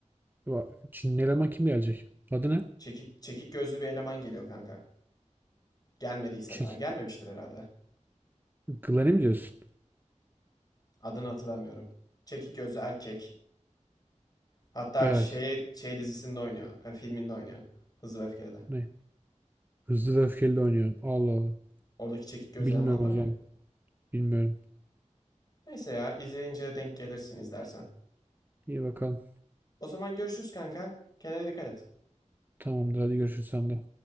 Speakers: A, on the right; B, on the left.
A: Ya, Çinli eleman kim gelecek? Adı ne?
B: Çekik, çekik gözlü bir eleman geliyor kanka. Gelmediyse
A: Çek
B: daha. Gelmemiştir herhalde.
A: Glen'i mi diyorsun?
B: Adını hatırlamıyorum. Çekik gözlü erkek. Hatta
A: Evet.
B: şey, şey dizisinde oynuyor. e, filminde oynuyor. Hızlı ve Öfkeli'de.
A: Ne? Hızlı ve öfkeli de oynuyor. Allah Allah.
B: Oradaki çekik gözlü
A: Bilmiyorum
B: eleman var
A: o zaman.
B: ya.
A: Bilmiyorum.
B: Neyse ya izleyince denk gelirsin izlersen.
A: İyi bakalım.
B: O zaman görüşürüz kanka. Kendine dikkat et.
A: Tamamdır hadi görüşürüz sen de.